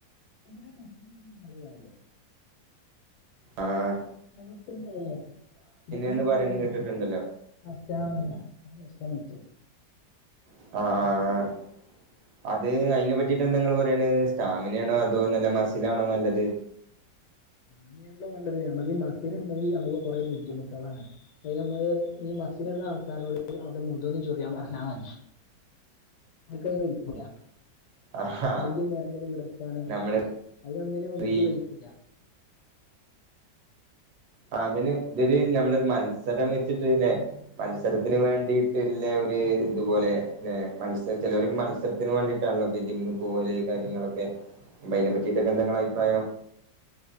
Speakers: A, on the left (about 75°); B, on the right (about 70°).
A: <unintelligible> ഒരു കാര്യം
B: ആ
A: നമുക്കും കഴിയോ ഇതൊന്നും ഇങ്ങനെ
B: എന്ന് പറയുന്ന
A: നിലനിർത്തി
B: കേട്ടിട്ടുണ്ടല്ലോ
A: നഷ്ടമിയ അസ്തമിച്ചു
B: ആ ആ ആ അത് അയിനെ പറ്റിട്ട് എന്താങ്ങള് പറയണ് സ്റ്റാമിന ആണോ അതോ നല്ല മസിലാണോ നല്ലത്
A: ഞ്ഞി എന്താ വേണ്ടത് നമ്മക്കീ മസിലുണ്ടെങ്കി നമുക്ക് കുറെ ബുദ്ധിമുട്ടേളാണ് അത് നമ്മള് ഈ മസിലുള്ള ആൾക്കാരോട് അവിടെ മുതൊന്ന് ചൊറിയാ പറഞ്ഞാ മതി ഇൻകയ്ന് വൈക്കൂല
B: ആഹാ
A: കൈ നേരമ്പോലെ വിടർത്താന്
B: നമ്മള്
A: അതിനൊന്നിനും ഓൽക്ക്
B: ഈ
A: വൈക്കൂല
B: അതിന് ഇവര് നമ്മളൊരു മത്സരം വെച്ചിട്ട് ല്ലെ മത്സരത്തിന് വേണ്ടിട്ടില്ല ഒരു ഇതുപോലെ ല്ലെ മത്സരി ചെലോരൊക്കെ മത്സരത്തിന് വേണ്ടിയിട്ടാണല്ലോ ജിമ്മി പോവല് കാര്യങ്ങളൊക്കെ അപ്പ അയിനെപറ്റീട്ടൊക്കെ എന്താ ങ്ങളെ അഭിപ്രായം